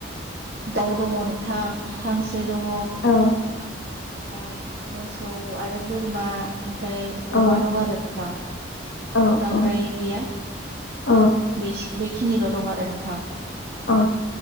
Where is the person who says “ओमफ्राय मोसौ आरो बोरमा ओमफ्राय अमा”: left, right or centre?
Right